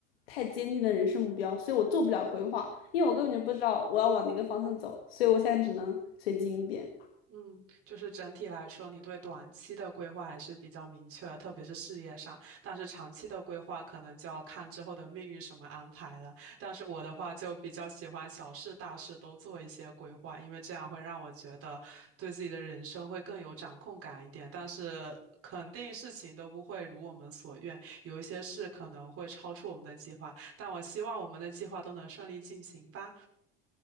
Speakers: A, on the left (about 85°); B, on the right (about 50°).
A: 太坚定的人生目标，所以我做不了规划，因为我根本就不知道我要往哪个方向走，所以我现在只能随机应变。
B: 嗯，就是整体来说，你对短期的规划还是比较明确的，特别是事业上。但是长期的规划可能就要看之后的命运什么安排了。但是我的话就比较喜欢小事大事都做一些规划，因为这样会让我觉得对自己的人生会更有掌控感一点。但是肯定事情都不会如我们所愿，有一些事可能会超出我们的计划。但我希望我们的计划都能顺利进行吧。